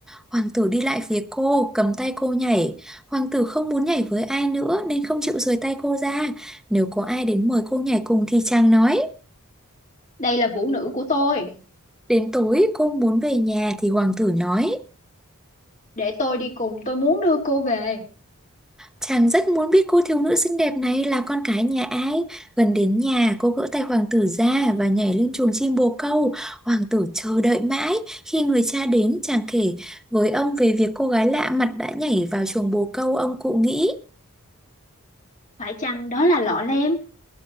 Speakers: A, in the centre; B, on the left (about 35°).
A: Hoàng tử đi lại phía cô, cầm tay cô nhảy. Hoàng tử không muốn nhảy với ai nữa nên không chịu rời tay cô ra. Nếu có ai đến mời cô nhảy cùng thì chàng nói.
B: đây là vũ nữ của tôi
A: Đến tối cô muốn về nhà thì hoàng tử nói.
B: để tôi đi cùng tôi muốn đưa cô về
A: Chàng rất muốn biết cô thiếu nữ xinh đẹp này là con cái nhà ai. Gần đến nhà cô gỡ tay hoàng tử ra và nhảy lên chuồng chim bồ câu. Hoàng tử chờ đợi mãi. Khi người cha đến chàng kể với ông về việc cô gái lạ mặt đã nhảy vào chuồng bồ câu ông cụ nghĩ.
B: phải chăng đó là lọ lem